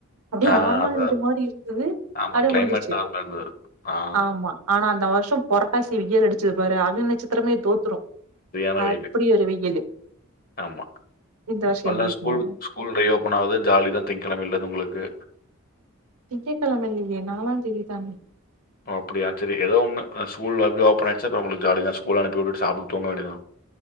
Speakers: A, on the right; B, on the left.
A: அப்டியே
B: ஆ
A: நார்மல்
B: அதான்.
A: இது மாரி இருந்து
B: ஆமா
A: அப்டியே
B: கிளைமேட்
A: முடிஞ்சிருச்சி
B: நார்மலா இருந்தது. ஆ
A: ஆமா ஆனா அந்த வருஷ் சும் பொரட்டாசி வெயில் அடிச்சது பாரு அக்னி நச்சத் த்தரமே தோத்துரு
B: சரியான
A: அப்டி
B: வெயிலு.
A: ஒரு வெயிலு
B: ஆமா
A: இந்த வருஷோ
B: அல்லா
A: எப்டி இருக்குமோ
B: ஸ்கூல் ஸ்கூல் ரியோப்பன் ஆவுது ஜாலி தா திங்கெழமைலருந்து உங்களுக்கு
A: திங்கக்கெழம இல்லியே நாலாந் தேதி தான
B: அப்படியா சரி ஏதோ ஒன்னு ஸ்கூல் வந்து ஓப்பன் ஆச்சு ஆயிடுச்ச அப்ப உங்களுக்கு ஜாலி தான் ஸ்கூல் அனுப்பி விட்டு சாப்ட்டு தூங்க வேண்டியதா